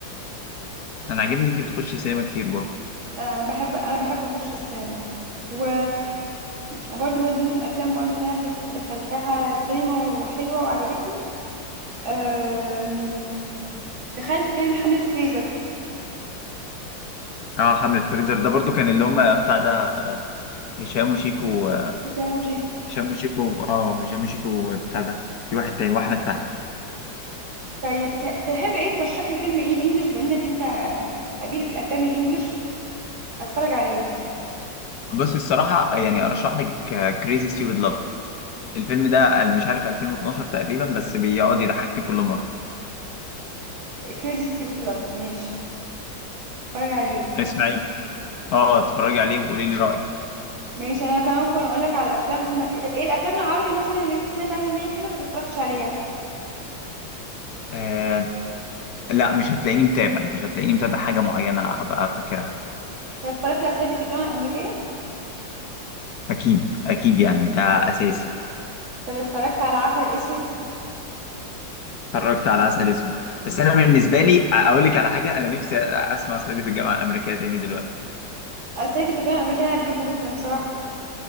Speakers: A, on the left; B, on the right.
A: انا عاجبني ان انت بتخشي سينما كتير برضو
B: انا بحب انا بحب اخش السينما و... وبرده من ضمن الافلام برده اللي انا كنت دخلتها السينما وحلوه وعجبتني أم... دخلت فيلم حملة فريزر
A: اه حملة فريزر ده برضو كان اللي هم بتاع ده هشام وشيكو
B: هشام وشيكو
A: هشام وشيكو اه هشام وشيكو بتاع ده في واحد تاني واحمد فهمي
B: طيب ت- تحب ايه ترشح لي فيلم ايه انجلش بانك انت خبير في الافلام الانجليش اتفرج عليه
A: بصي الصراحة يعني أرشح لك كريزي ستيوبد لاف الفيلم ده مش عارف 2012 تقريبا بس بيقعد يضحكني كل مرة
B: كريزي ستيبت لاف ماشي اتفرج عليه
A: اسمعي اه اتفرجي عليه وقولي لي رأيك
B: ماشي انا كمان كنت اقول لك على افلام طب ايه الافلام العربي مثلا اللي انت سمعت عنها ان هي حلوه بس اتفرجتش عليها
A: آه لا مش هتلاقيني متابع مش هتلاقيني متابع حاجة معينة أبقى فاكرها
B: طب اتفرجت على صعيدي في الجامعه الامريكيه
A: أكيد أكيد يعني ده أساسي
B: طب اتفرجت على عسل اسود
A: اتفرجت على عسل أسود بس أنا بالنسبة لي أقول لك على حاجة أنا نفسي أسمع صعيدي في الجامعة الأمريكية تاني دلوقتي
B: آه، صعيدي في الجامعه الامريكيه انا بحبه جدا بصراحه